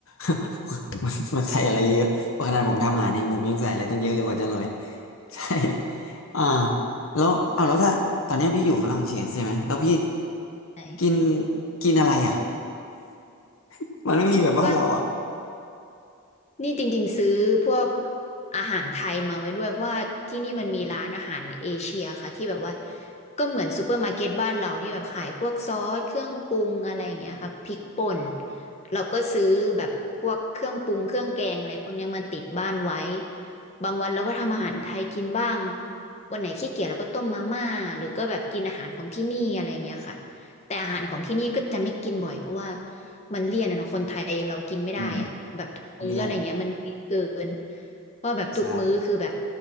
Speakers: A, on the left; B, on the left.
A: <laughs> มันมันใส่อะไรเยอะเพราะขนาดผมทำอาหารเองผมยังใส่อะไรตั้งเยอะเลยกว่าจะอรย <laughs> ใช่อ่าแล้วเอาแล้วถ้าตอนเนี้ยพี่อยู่ฝรั่งเศสใช่ไหมแล้วพี่
B: ใช่
A: กินกินอะไรอ่ะ <laughs> มันไม่มีแบบบ้านเราอ่ะ
B: ก็ นี่จริงๆซื้อพวกอาหารไทยมาไว้ด้วยเพราะว่าที่นี่มันมีร้านอาหารเอเชียค่ะที่แบบว่าก็เหมือนซูเปอร์มาร์เก็ตบ้านเราที่แบบขายพวกซอสเครื่องปรุงอะไรอย่างเงี้ยค่ะพริกป่นเราก็ซื้อแบบพวกเครื่องปรุงเครื่องแกงอะไรพวกเนี้ยมาติดบ้านไว้บางวันเราก็ทำอาหารไทยกินบ้างวันไหนขี้เกียจเราก็ต้มมาม่าหรือก็แบบกินอาหารของที่นี่อะไรอย่างเงี้ยค่ะ แต่อาหารของที่นี่ก็จะไม่กินบ่อยเพราะว่ามันเลี่ยนอะเนาะคนไทยเรากินไม่ได้อะแบบทุกมื้ออะไรเงี้ยมันเลี่ยนเกิน
A: อืมเลียน
B: ว่าแบบทุกมื้อคือแบบ
A: ใช่